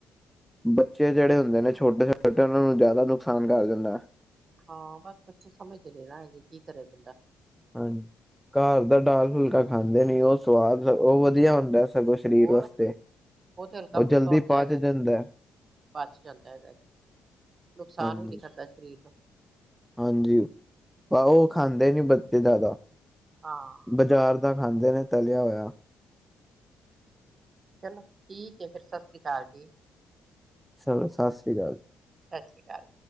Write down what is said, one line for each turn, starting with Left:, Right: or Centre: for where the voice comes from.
Centre: ਬੱਚੇ ਜਿਹੜੇ ਹੁੰਦੇ ਨੇ ਛੋਟੇ ਛੋਟੇ, ਉਹਨਾਂ ਨੂੰ ਜ਼ਿਆਦਾ ਨੁਕਸਾਨ ਕਰ ਦਿੰਦਾ।
Right: ਹਾਂ ਬਸ, ਬੱਚੇ ਸਮਝਦੇ ਨਹੀਂ ਨਾ ਹੈਗੇ ਕੀ ਕਰੇ ਬੰਦਾ
Centre: ਹਾਂਜੀ, ਘਰ ਦਾ ਦਾਲ ਫੁਲਕਾ ਖਾਂਦੇ ਨੀ ਉਹ ਸਵਾਦ ਉਹ ਵਧੀਆ ਹੁੰਦਾ ਸਗੋਂ ਸਰੀਰ
Right: ਹੋਰ
Centre: ਵਾਸਤੇ,
Right: ਤੇ ਹਲਕਾ
Centre: ਉਹ
Right: ਫੁਲਕਾ
Centre: ਜਲਦੀ
Right: ਹੁੰਦਾ
Centre: ਪਚ
Right: ਹੈਗਾ
Centre: ਜਾਂਦਾ ਏ।
Right: ਪਚ ਜਾਂਦਾ ਹੈਗਾ, ਨੁਕਸਾਨ
Centre: ਹਾਂਜੀ
Right: ਵੀ ਨੀ ਕਰਦਾ ਸਰੀਰ ਨੂੰ
Centre: ਹਾਂਜੀ, ਆ ਉਹ ਖਾਂਦੇ ਨੀ ਬੱਚੇ ਜ਼ਿਆਦਾ
Right: ਹਾਂ
Centre: ਬਾਜ਼ਾਰ ਦਾ ਖਾਂਦੇ ਨੇ ਤਲਿਆ ਹੋਇਆ।
Right: ਚਲੋ, ਠੀਕ ਫਿਰ ਸਤਿ ਸ੍ਰੀ ਅਕਾਲ ਜੀ।
Centre: ਚਲੋ, ਸਤਿ ਸ਼੍ਰੀ ਅਕਾਲ ਜੀ।
Right: ਸਤਿ ਸ਼੍ਰੀ ਅਕਾਲ।